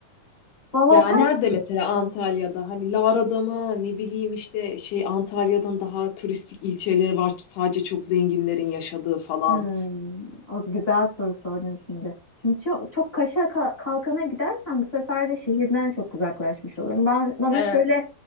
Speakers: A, on the left; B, on the left.
A: Valla
B: Ya
A: sen
B: nerede mesela Antalya'da hani Lara'da mı ne bileyim işte şey Antalya'nın daha turistik ilçeleri var sadece çok zenginlerin yaşadığı falan.
A: Hmm, o güzel soru sordun şimdi. Şimdi çok çok kaşa ka- kalkana gidersen bu sefer de şehirden çok uzaklaşmış olurum. Ben bana
B: He. He
A: şöyle